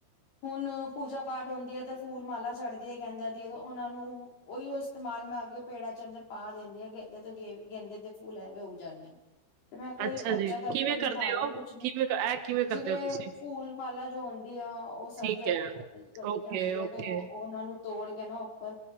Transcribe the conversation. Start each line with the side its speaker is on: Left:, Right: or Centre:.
Left: ਹੁਣ ਪੂਜਾ ਪਾਠ ਹਣ ਦੀਆਂ ਤੇ ਫੂਲ ਮਾਲਾ ਚੜਦੀ ਹੈ ਗੇਦਾ ਦੀ ਉਹਨਾਂ ਨੂੰ ਉਹੀ ਓ ਇਸਤੇਮਾਲ ਮੈਂ ਅਗੇ ਪੇੜਾਂ ਚ ਅੰਦਰ ਪਾ ਦਿੰਦੀ ਹ ਗੇਂਦੇ ਤੋਂ ਗੇ ਗੇਦੇ ਦੇ ਫੂਲ ਐਵੇਂ ਉਗ ਜਾਂਨੇ ਆ। ਤੇ ਮੈਂ ਕੋਈ
Right: ਅੱਛਾ
Left: ਖਰਚਾ
Right: ਜੀ,
Left: ਕਰਕੇ
Right: ਕਿਵੇਂ
Left: ਨਹੀਂ
Right: ਕਰਦੇ
Left: ਬਾਹਰੋ,
Right: ਹੋ?
Left: ਕੁਛ ਨੀ
Right: ਕਿਵੇਂ ਇਹ ਕਿਵੇਂ ਕਰਦੇ
Left: ਜਿਵੇਂ
Right: ਹੋ ਤੁਸੀਂ?
Left: ਫੂਲ ਮਾਲਾ ਜੋ ਹੁੰਦੀ ਹੈ ਉਹ ਸੜ
Right: ਠੀਕ
Left: ਜਾਂ
Right: ਹੈ।
Left: ਗਲੀ ਗਲੀ
Right: ਓਕੇ,
Left: ਜਾਂਦੀ
Right: ਓਕੇ,
Left: ਹੈ ਤਾਂ ਉਹ ਉਹਨਾਂ ਨੂੰ ਤੋੜ ਕੇ ਨਾ ਉੱਪਰ